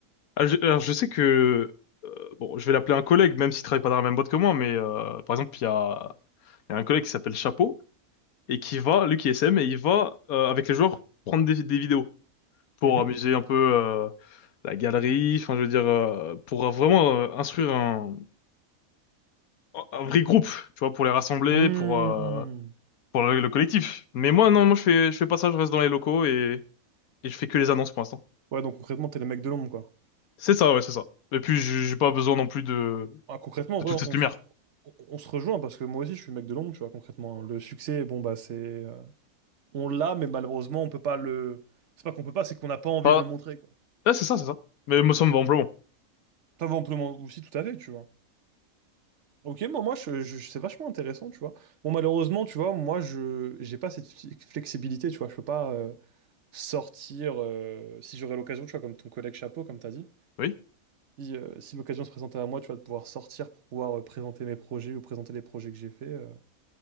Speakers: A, on the left; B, on the right.
A: Ah, je- Alors, je sais que... euh, bon, je vais l'appeler un collègue, même s'il travaille pas dans la même boîte que moi, mais euh, par exemple, il y a, il y a un collègue qui s'appelle Chapeau, et qui va, lui qui est SM, et il va, euh, avec les joueurs, prendre des, des vidéos pour
B: mhm.
A: amuser un peu euh, la galerie, enfin, je veux dire, euh, pour vraiment euh, instruire un, un vrai groupe, tu vois, pour les rassembler,
B: Mhm.
A: pour... euh, pour le, le collectif. Mais moi, non, moi, je fais, je fais pas ça, je reste dans les locaux et, et je fais que les annonces pour l'instant.
B: Ouais, donc concrètement, t'es le mec de l'ombre, quoi.
A: C'est ça, ouais, c'est ça. Et puis, j'ai j'ai pas besoin non plus de,
B: Ah, concrètement, en
A: de
B: vrai,
A: toute cette
B: on
A: lumière.
B: se, on- on se rejoint, parce que moi aussi, je suis le mec de l'ombre, tu vois, concrètement. hein. Le succès, bon, bah, c'est... euh, on l'a, mais malheureusement, on peut pas le... C'est pas qu'on peut pas, c'est qu'on n'a pas envie
A: Pas,
B: de le montrer, quoi.
A: ah, c'est ça, c'est ça. Mais moi, ça me va amplement.
B: Enfin, bon, on peut le montrer aussi, tout à fait, tu vois. Ok, moi, moi, je, je- c'est vachement intéressant, tu vois. Bon, malheureusement, tu vois, moi, je j'ai pas cette fli- flexibilité, tu vois. Je peux pas. euh, sortir, euh, si j'aurais l'occasion, tu vois, comme ton collègue chapeau, comme tu as dit,
A: Oui.
B: si, euh, si l'occasion se présentait à moi, tu vois, de pouvoir sortir pour pouvoir euh, présenter mes projets ou présenter les projets que j'ai faits. euh.